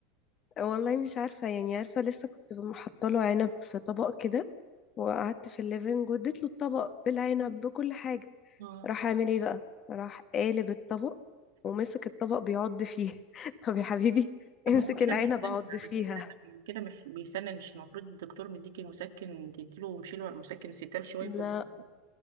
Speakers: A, on the left (about 30°); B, on the right (about 85°).
A: والله مش عارفة يعني عارفة لسه كنت محطة له عنب في طبق كده وقعدت في الليفينج واديت له الطبق بالعنب بكل حاجة
B: مم.
A: راح عامل ايه بقى راح قالب الطبق ومسك الطبق بيعض فيه <laughs> طب يا حبيبي
B: طب
A: امسك
B: ما هو كده
A: العنب
B: بيتسنن
A: اعض
B: على
A: فيها
B: فكرة طب ما هو كده مح- بيسنن مش المفروض الدكتور مديكي مسكن تديله ومشيله على المسكن الستال شوية
A: لا
B: كل فترة